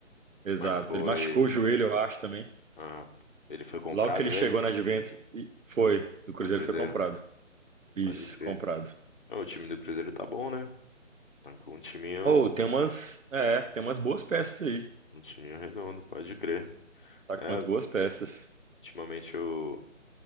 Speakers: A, on the right; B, on the left.
A: Exato.
B: Mas foi.
A: Ele machucou o joelho, eu acho, também.
B: Ah, ele foi comprado
A: Logo que ele chegou
B: mesmo
A: na Juventus, e foi. O Cruzeiro
B: pelo Cruzeiro?
A: foi comprado. Isso,
B: Pode crer.
A: comprado.
B: Ô, O time do Cruzeiro tá bom, né? Tá com um timinho,
A: Ou tem umas, é, tem umas boas peças aí.
B: um timinho redondo, pode crer.
A: Tá com
B: É,
A: umas boas peças.
B: ultimamente eu